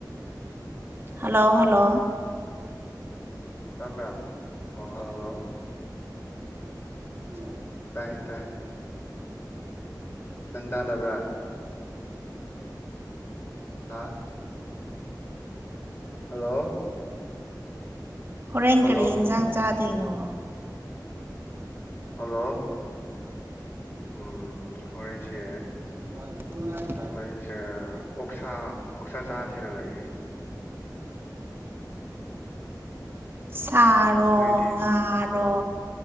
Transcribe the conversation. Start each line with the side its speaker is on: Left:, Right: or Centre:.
Right: ꯍꯜꯂꯣ ꯍꯜꯂꯣ
Left: ꯇꯥꯕ꯭ꯔꯥ ꯑꯣꯜ ꯍꯜꯂꯣ
Right: ꯎ
Left: ꯇꯥꯏꯌꯦ ꯇꯥꯏ ꯅꯪ ꯇꯥꯟꯅꯕ꯭ꯔꯥ ꯍꯥꯥ ꯍꯜꯂꯣ
Right: ꯍꯣꯔꯦꯟ
Left: ꯍꯜꯂꯣ
Right: ꯀꯔꯤ ꯌꯦꯟꯖꯥꯡ ꯆꯥꯗꯣꯏꯅꯣ
Left: ꯍꯜꯂꯣ ꯎꯝ ꯍꯣꯔꯦꯟꯁꯦ
Right: ꯃ ꯐꯅ
Left: ꯍꯣꯔꯦꯟꯁꯦ ꯑꯣꯛꯁꯥ ꯑꯣꯛꯁꯥ ꯆꯥꯁꯤꯅ ꯂꯩꯔꯤ
Right: ꯁꯥꯔꯣ
Left: ꯅꯣꯏꯗꯤ
Right: ꯉꯥꯔꯣ